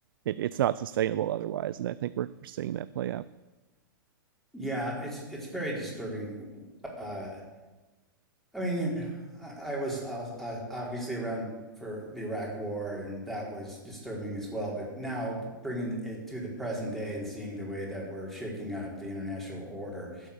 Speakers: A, on the right; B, in the centre.
A: it, it's not sustainable otherwise and i think we're seeing that play out
B: Yeah, it's it's very disturbing uh I mean, you know, I, I was I was uh, obviously around for the Iraq War, and that was disturbing as well. But now bringing it to the present day and seeing the way that we're shaking up the international order